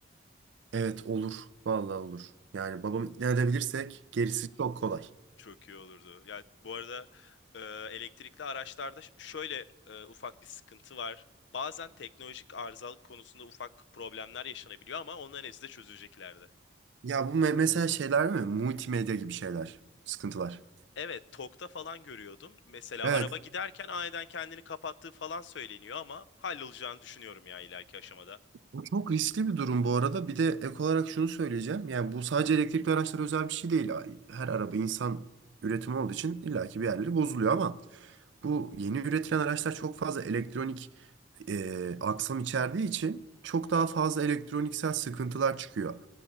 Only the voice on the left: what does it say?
Çok iyi olurdu. Ya bu arada e, elektrikli araçlarda ş- şöyle e, ufak bir sıkıntı var. Bazen teknolojik arızalık konusunda ufak problemler yaşanabiliyor ama onların hepsi de çözülecek ileride.
Evet, TOK'ta falan görüyordum. Mesela
araba giderken aniden kendini kapattığı falan söyleniyor ama hallolacağını düşünüyorum ya ileriki aşamada.